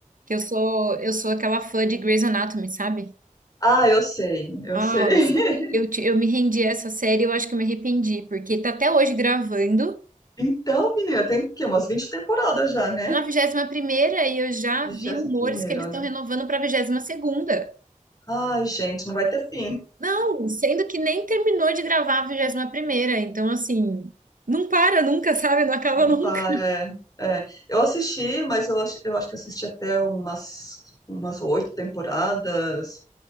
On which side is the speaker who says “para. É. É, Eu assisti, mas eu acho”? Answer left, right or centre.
Left